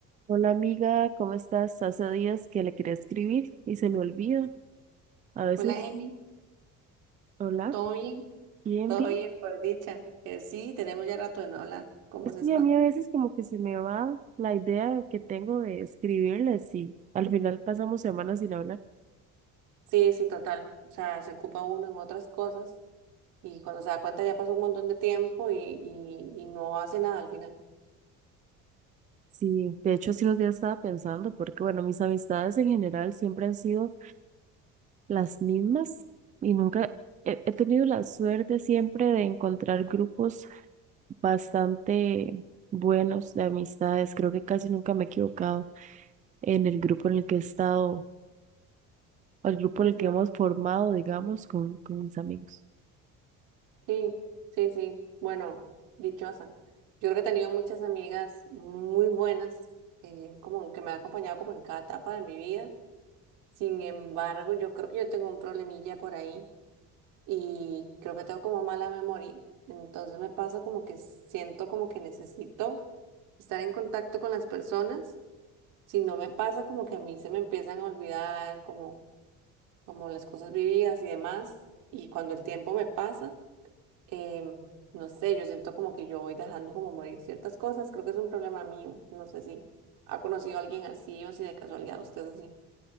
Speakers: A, on the right; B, on the right.
A: Hola amiga, ¿cómo estás? Hace días que le quería escribir y se me olvida. A veces,
B: Hola, Emi.
A: hola,
B: ¿Todo bien?
A: bien,
B: Todo
A: bien.
B: bien, por dicha. Eh, sí, tenemos ya rato de no hablar. ¿Cómo
A: Es
B: se
A: que
B: está?
A: a mí a veces como que se me va la idea que tengo de escribirles y al final pasamos semanas sin hablar.
B: Sí, sí, total. O sea, se ocupa uno en otras cosas y cuando se da cuenta ya pasó un montón de tiempo y, y, y no hace nada al final.
A: Sí, de hecho sí los días estaba pensando porque bueno, mis amistades en general siempre han sido las mismas y nunca he, he tenido la suerte siempre de encontrar grupos bastante buenos de amistades. Creo que casi nunca me he equivocado. en el grupo en el que he estado, al grupo
B: Ujú.
A: en el que hemos formado, digamos, con, con mis amigos.
B: Sí, sí, sí. Bueno, dichosa. Yo creo que he tenido muchas amigas muy buenas, eh, como que me han acompañado como en cada etapa de mi vida. Sin embargo, yo creo que yo tengo un problemilla por ahí y creo que tengo como mala memoria. Entonces me pasa como que siento como que necesito estar en contacto con las personas. Si no me pasa como que a mí se me empiezan a olvidar como, como las cosas vividas y demás. Y cuando el tiempo me pasa, em, no sé, yo siento como que yo voy dejando como morir ciertas cosas. Creo que es un problema mío. No sé si ha conocido a alguien así o si de casualidad usted es así.